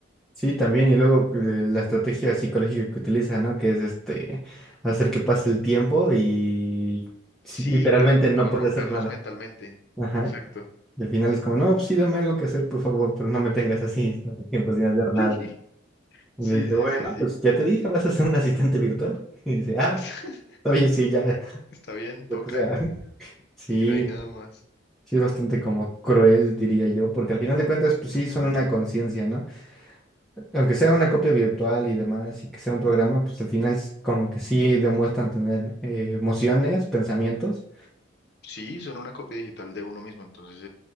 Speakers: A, in the centre; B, on the left.
A: sí, también, y luego eh, la estrategia psicológica que utiliza, ¿no? Que es este, hacer que pase el tiempo y sí,
B: Sí,
A: literalmente
B: para,
A: no
B: para
A: puede
B: romperlos
A: hacer nada.
B: mentalmente.
A: Ajá,
B: Exacto.
A: Y al final es como, no, pues sí, dame algo que hacer, por favor, pero no me tengas así <laughs> tanto tiempo sin hacer nada.
B: <laughs>
A: Y
B: Sí,
A: le dice,
B: sí,
A: bueno,
B: sí, sí.
A: pues ya te dije, vas a ser un asistente virtual. Y dice, ah,
B: <laughs>
A: está bien, sí, ya,
B: Está bien,
A: <laughs> lo
B: toca,
A: que sea. Sí,
B: si no hay nada más.
A: sí es bastante como cruel, diría yo, porque al final de cuentas, pues
B: Ujú.
A: sí, son una conciencia, ¿no? Aunque sea una copia virtual y demás, y que sea un programa, pues al final s- como que sí demuestran tener eh, emociones, pensamientos.
B: Sí, son una copia digital de uno mismo, entonces